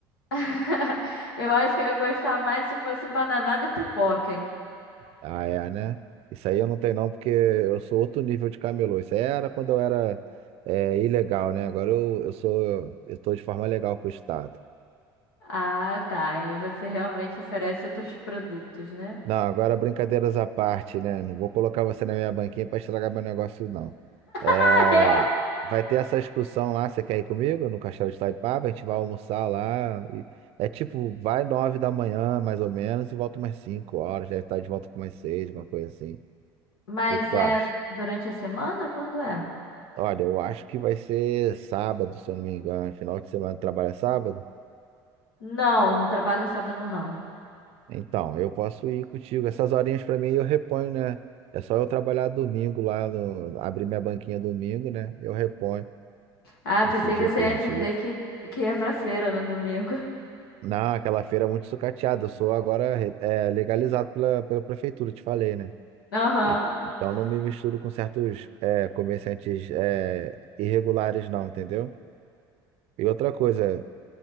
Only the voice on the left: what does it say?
<laughs> Eu acho que eu ia gostar mais se fosse bananada e pipoca, hein?
Ah, tá. E você realmente oferece outros produtos, né?
<laughs>
Mas
é
durante a semana? Quando é?
Não, não trabalho sábado, não.
Ah,
pensei
que você
ia dizer que, que ia pra feira no domingo.
Aham.